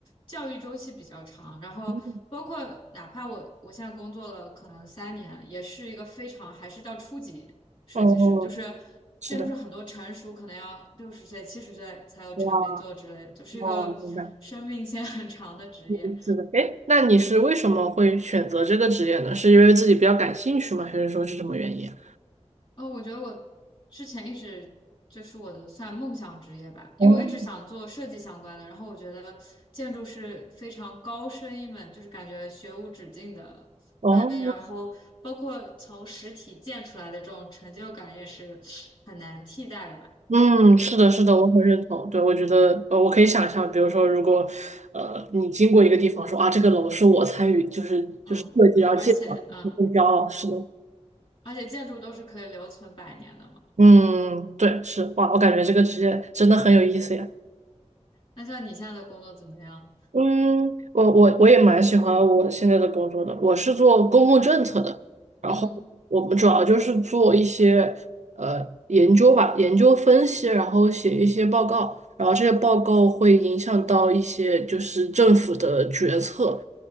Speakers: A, on the left; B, on the right.
A: 教育周期比较长，然后包括哪怕我我现在工作了可能三年，
B: <laughs>
A: 也是一个非常还是叫初级设计师，
B: 哦，
A: 就是
B: 是的，
A: 建筑师很多成熟可能要六十岁、七十岁才有成名作之类的，
B: 哇，
A: 就是一个生命线很长的职业。
B: 哦，明白，嗯，是的。哎，那你是为什么会选择这个职业呢？是因为自己比较感兴趣吗？还是说是什么原因啊？
A: 呃，我觉得我之前一直这是我的算梦想职业吧，
B: 哦
A: 因为我一直想做设计相关的。然后我觉得建筑是非常高深一门，就是感觉学无止境的专业。
B: 哦，
A: 然后包括从实体建出来的这种成就感也是很难替代的吧。
B: 嗯，是的，是的，
A: 嗯
B: 我很认同。对，我觉得，呃，我可以想象，比如说，如果，呃，你经过一个地方说啊，这个楼是我参与，就是就是设计，
A: 嗯，
B: 然后建的，
A: 而且嗯，
B: 我会很骄傲。是的，
A: 而且建筑都是可以留存百年的嘛。
B: 嗯，对，是，哇，我感觉这个职业真的很有意思呀。
A: 那像你现在的工作怎么样？
B: 嗯，我我我也蛮喜欢我现在的工作的，我是做公共政策的，然后我们主要就是做一些呃研究吧，
A: 嗯
B: 研究分析，然后写一些报告，然后这些报告会影响到一些就是政府的决策，